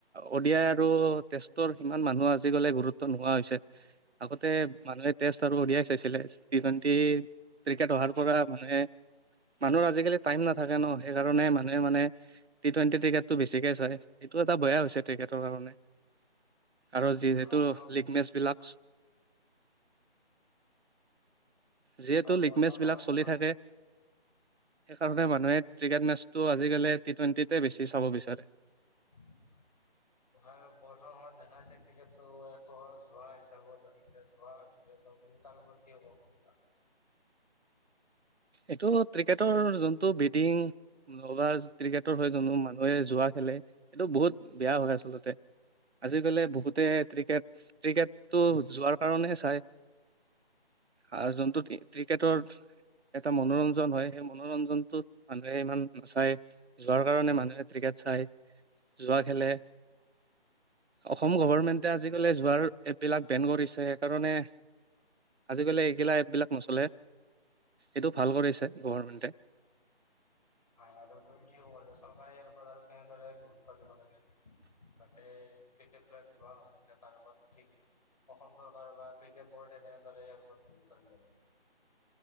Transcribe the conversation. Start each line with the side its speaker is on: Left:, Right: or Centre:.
Right: অ'ডিয়াই আৰু টেষ্টৰ সিমান মানুহে আজিকালি গুৰুত্ব নোহোৱা হৈছে, আগতে তে মানুহে টেষ্ট আৰু অ'দিয়াই চাইছিলে টি টুৱেণ্টি ক্ৰিকেট অহাৰ পৰা মানুহে মানুহৰ আজা কালি টাইম নাকে ন'। সেইকাৰণে মানুহে মানে টি টুৱেন্টি ক্ৰিকেট টো বেছিকে চাই এইটো এটা বেয়া হৈছে। <unintelligible> কাৰণে আৰু যিহেতু
Left: আৰু
Right: লিগ মেচ বিলাক যিহেতু
Left: আৰু
Right: লিগমেচ
Left: বৰ্তমান
Right: বিলাক
Left: সময়ত
Right: চলি
Left: দেখা
Right: থাকে। সেইকাৰণে মানুহে ক্ৰিকেট মেচটো আজিকালি টি টুৱেন্টিতে বেছি চাব বিচাৰে।
Left: <inaudible> আৰু বৰ্তমান সময়ত দেখাইছে ক্ৰিকেটটো এক প্ৰকাৰৰ যোৱা হিচাবত যোৱা হৈছে। ত' তুমি তাৰ ওপৰত কি ক'ব খুজিবা?
Right: এইটো ক্ৰিকেটৰ যোনটো বিটিং বা ক্ৰিকেটৰ হৈ যোনো মানুহে যোৱা খেলে এইটো বহুত বেয়া হয় আচলতে। আজিকালি বহুতে ক্ৰিকেট ক্ৰিকেটটো যোৱাৰ কাৰণে চাই। আৰু যোন ক্ৰিকেটৰ- এটা মনোৰঞ্জন হয় সেই মনোৰঞ্জনটোত মানুহে ইমান নাচায়। যোৱাৰ কাৰণে মানুহে ক্ৰিকেট চাই, জুৱা খেলে। অসম গভমেণ্টে
Left: হয়
Right: আজিকালি জুৱাৰ এপ বিলাক বেন কৰিছে সেইকাৰণে- আজি কালি এইগিলা এপবিলাক নচলে। এইটো ভাল কৰিছে গভমেণ্টে।
Left: আৰু তুমি কি ক'বা চৰকাৰে ইয়াৰ ওপৰত আৰু কেনেদৰে গুৰুত্ব দিব লাগে যাতে- ক্ৰিকেট বিলাক চোৱা হয়। এ তাৰ ওপৰত ফিক্স, অসম চৰকাৰ বা ক্ৰিকেট বৰ্ডে কেনেদৰে ইয়াৰ ওপৰত গুৰুত্ব দিব লাগে।